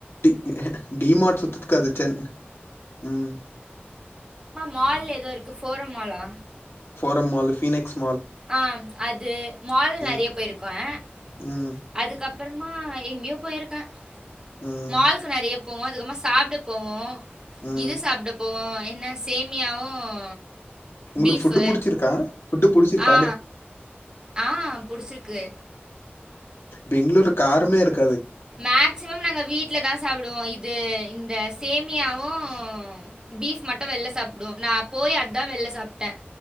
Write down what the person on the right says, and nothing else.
மால்ல ஏதோ இருக்கு போரு மாலா
ஆ அது மால் நெறைய
போயிருக்கன்
அதுக்கப் பறமா எங்கயோ போயிருக்கேன்
மாலுக்கு நெறைய போவோம் அதுக்கப்பறமா சாப்பிட போவோம்
இது சாப்பிட போவோம் என்ன சேமியாவும்
பீஃபு
ஆ ஆ புடிச்சிருக்கு
மேக்சிமம் நாங்க வீட்ல தா சாப்பிடுவோம் இது இந்த சேம் ம்மியாவும் பீஃப் மட்டும் வெளில சாப்பிடுவோம் நா போய் அதுதா வெளில சாப்பிட்டேன்